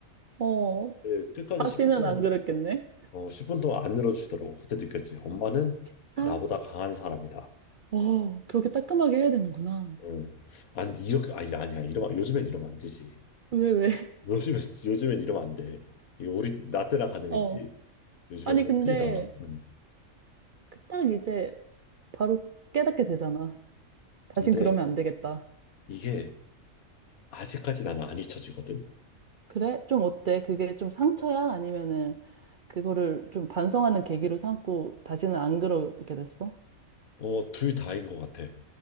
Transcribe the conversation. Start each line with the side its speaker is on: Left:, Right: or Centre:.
Right: 어.
Left: 예, 끝까지
Right: 바지는
Left: 10분 동안
Right: 안 그랬겠네.
Left: 어 10분 동안 안 열어주시더라고. 그때 느꼈지. 엄마는
Right: 진짜?
Left: 나보다 강한 사람이다.
Right: 어. 그렇게 따끔하게 해야 되는구나.
Left: 응. 안 이렇게 아니 아니야 이러면 요즘엔 이러면 안 되지.
Right: 왜 왜?
Left: 요즘엔 <laughs> 요즘엔 이러면 안 돼. 이거 우리 나 때나 가능했지.
Right: <laughs>
Left: 요즘에
Right: 아니,
Left: 그렇게
Right: 근데
Left: 큰일 나. 응.
Right: 그딱 이제 바로 깨닫게 되잖아. 다신
Left: 근데
Right: 그러면 안 되겠다.
Left: 이게 아직까지 나는 안 잊혀지거든.
Right: 그래? 좀 어때? 그게 좀 상처야? 아니면은 그거를 좀 반성하는 계기로 삼고 다시는 안 그러게 됐어?
Left: 어, 둘 다인 것 같아.